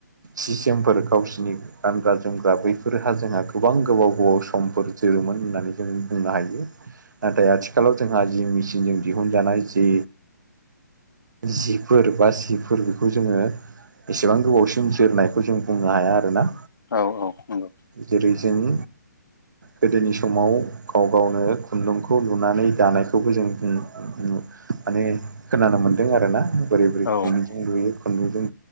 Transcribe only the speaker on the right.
सि जोमफोर गावसोरनि गानग्रा जोमग्रा बैफोरहा जोंहा गोबां गोबाव गोबाव समफोर जोरोमोन होननानै जों बुंनो हायो। नाथाय आथिखालाव जोंहा जि मेसिनजों दिहुनजानाय जि जि फोर बा सिफोर बेखौ जोङो एसेबां गोबावसिम जोरनायखौ जों बुंनो हाया आरोना
जेरै जों गोदोनि समाव गाव गावनो खुन्दुंखौ लुनानै दानायखौबो जों बुं माने खोनानो मोन्दों आरोना बोरै बोरै
खुनदुंजों लुयो। खुन्दुंजों